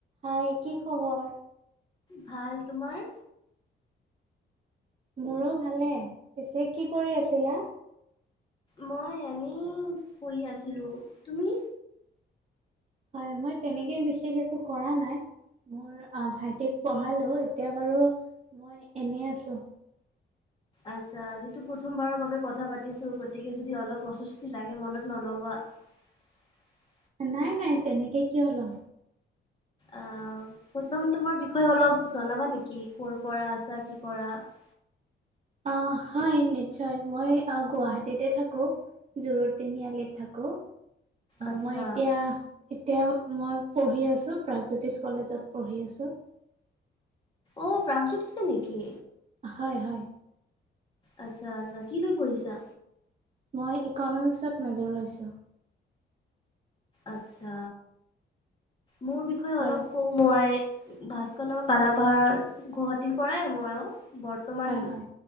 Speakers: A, on the right (about 35°); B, on the left (about 25°).
A: হাই কি খবৰ
B: ভাল তোমাৰ
A: মোৰো ভালে পিছে কি কৰি আছিলা
B: মই এনেই পঢ়ি আছিলো তুমি
A: হয় মই তেনেকেই বিশেষ একো কৰা নাই মোৰ ভাইটিক পঢ়ালোঁ এতিয়া বাৰু মই এনেই আছো
B: আচ্ছা আজিতো প্ৰথমবাৰৰ বাবে কথা পাতিছো গতিকে যদি অলপ অস্বস্তি লাগে মনত নলবা <unintelligible> <inaudible>
A: নাই নাই তেনেকে কিয় লম
B: আহ প্ৰথম তোমাৰ বিষয়ে অলপ জনাবা নেকি কৰ পৰা আহিছা কি কৰা <unintelligible>
A: আহ হয় নিশ্চয় মই আহ গুৱাহাটীতে থাকো জোৰৰ তিনিআলিত থাকো
B: আচ্ছা
A: মই এতিয়া এতিয়া মই পঢ়ি আছোঁ প্ৰাগজ্যোতিষ কলেজত পঢ়ি আছোঁ
B: অ প্ৰাগজ্যোতি আছে নেকি
A: হয় হয়
B: আচ্ছা আচ্ছা কি লৈ পঢ়িছা
A: মই ইকনমিক্সত মেজৰ লৈছোঁ
B: আচ্ছা মোৰ বিষয়ে
A: হয়
B: অলপ কও মই ভাস্কৰ
A: হয়
B: কালাপ <unintelligible> ভাৰত গুৱাহাটীৰ পৰাই মইও বৰ্তমান
A: হয় হয়